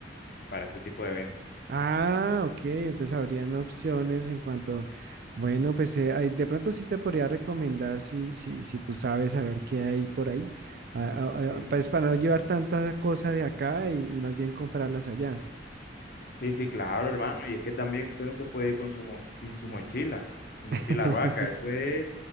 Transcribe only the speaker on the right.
Ah, ok, entonces habrían opciones en cuanto, bueno, pues eh, ahí de pronto sí te podría recomendar si, si, si tú sabes a ver qué hay por ahí, ah, ah,
ah, pues para no llevar tanta cosa de acá y, y más bien comprarlas allá.
<laughs>